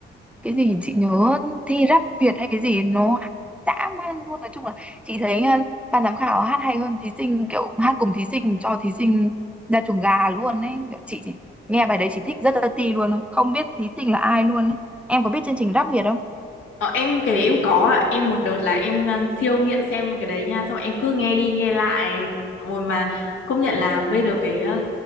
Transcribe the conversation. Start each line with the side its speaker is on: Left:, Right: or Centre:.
Centre: cái gì chị nhớ thi rap Việt hay cái gì nó hát dã man luôn nói chung là chị thấy ờ, ban giám khảo hát hay hơn thí sinh kiểu hát cùng thí sinh cho thí sinh ra chuồng gà luôn ấy kiểu chị chỉ nghe bài đấy chị thích rất Tati luôn thôi không biết thí sinh là ai luôn ấy. Em có biết chương trình rap Việt không?
Left: Ờ, em cái đấy em có ạ. em một đợt là em ờ, siêu nghiện xem cái đấy nha xong em cứ nghe đi nghe lại rồi mà công nhận là bây giờ cái ờ,